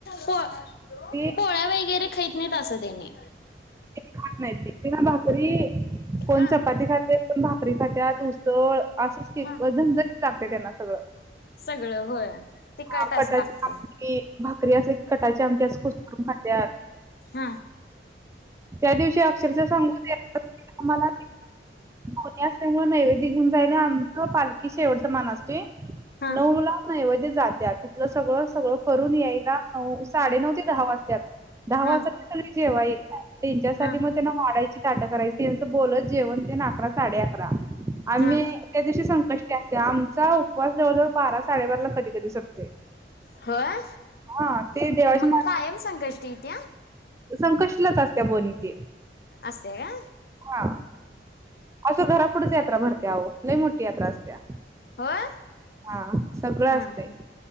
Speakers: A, on the left; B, on the right.
A: पो
B: ते
A: पोळ्या वगैरे खैत नाहीत असं त्याने.
B: खात नाही भाकरी कोण
A: हा
B: चपाती खातय. पण भाकरी खात्यात उसळ असंच केक
A: हा
B: झंझणी लागते त्यांना सगळं
A: सगळं होय. ते काय
B: ह
A: तास
B: कटाची
A: लागते
B: आमटी भाकरी असं क कटाची आमटी अस ख खातर
A: हा
B: त्या दिवशी अक्षरश सांगु आमला कोणी असल्यामुळे नैवे दिघून जायला आमचं पालखी शेवटच मान असतोय
A: हा
B: नऊ ला नाही वे जात्या तिथलं सगळं सगळं करून यायला नऊ साडे नऊ ते दहा वाज्यात दहा
A: हा
B: वाजता जेवा येत तीनच्या सालीमध्ये
A: हा
B: ना डायची ताटं करायचीं बोलत जेवण ते ना अकरा साडे अकरा आम्ही
A: हा
B: त्या दिवशी संकष्टी असते आमचा उपवास जवळजवळ बारा साडेबारा ला कधी कधी सुरतो
A: होय
B: हा ते देवाची
A: मग
B: मा
A: कायम संकष्टी येत्या
B: संकष्ट लच असत बोणीत
A: असे का
B: हा असं घरापुढंच यात्रा भरत्याहो लई मोठी यात्रा असत्या
A: होय
B: हा सगळं
A: हा
B: असते
A: हा